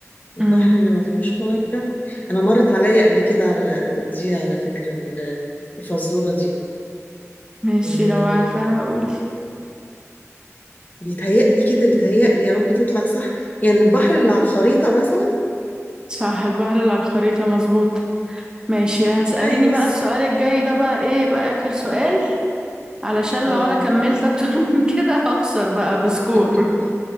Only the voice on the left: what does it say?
البحر
اللي ما فيهوش ميه انا مرت عليا قبل كده على دي على فكره ال- الفزوره دي
آه،
بيتهيألي كده بيتهيألي يا رب تطلع صح يعني البحر اللي على الخريطه مثلا
كويس
اه
<laughs>